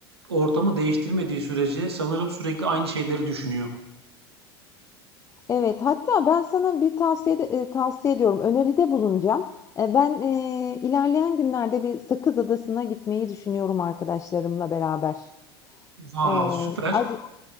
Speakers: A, on the right; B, on the left.
A: ortamı değiştirmediği sürece sanırım sürekli aynı şeyleri düşünüyor.
B: Evet, hatta ben sana bir tavsiyede, eee, tavsiye ediyorum, öneride bulunacağım. Eee, ben, eee, ilerleyen günlerde bir Sakız Adası'na gitmeyi düşünüyorum arkadaşlarımla beraber.
A: Vav,
B: Eee,
A: süper.
B: ac